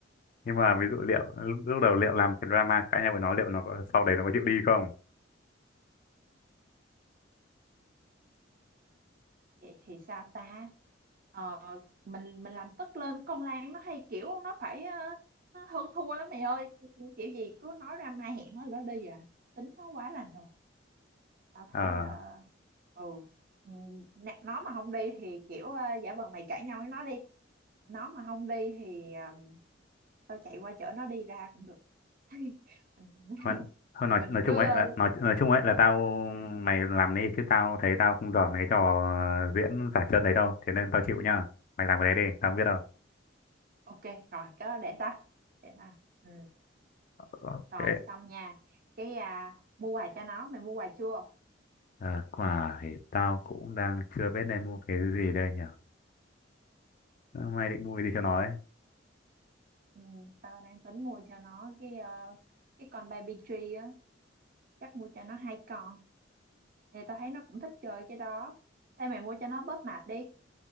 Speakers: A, on the left; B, on the right.
A: nhưng mà ví dụ liệu lúc, lúc đầu liệu làm cái drama cãi nhau với nó liệu nó có sau đấy nó có chịu đi không
B: vậy thì sao ta ờ, mình mình làm tức lên con Lan nó hay kiểu nó phải ờ, nó hơn thua lắm mày ơi kiểu gì cứ nói ra mai hẹn nó lỡ đi à tính nó quá lành rồi tao
A: ờ
B: thấy ờ, ừ ừ, nè, nó mà không đi thì kiểu ờ, giả vờ mày cãi nhau với nó đi nó mà không đi thì ờ, tao chạy qua chở nó đi ra cũng được <laughs> mình
A: hơn
B: <laughs>
A: hơn nói
B: mình
A: nói
B: cứ
A: chung ấy
B: ờ,
A: là nói nói chung ấy là tao mày làm đi chứ tao thấy tao không giỏi mấy cái trò diễn giả trân đấy đâu thế nên tao chịu nhá mày làm cái đấy đi tao không biết đâu
B: ok rồi cứ để ta để ta ừ.
A: ok
B: rồi xong nha cái à, mua quà cho nó mày mua quà chưa
A: À, quả thì tao cũng đang chưa biết nên mua cái gì đây nhỉ Ờ, mày định mua cái gì cho nó ấy
B: ừ, tao đang tính mua cho nó cái ờ, cái con baby tree á chắc mua cho nó hai con thì tao thấy nó cũng thích chơi cái đó Ê mày mua cho nó bóp mạch đi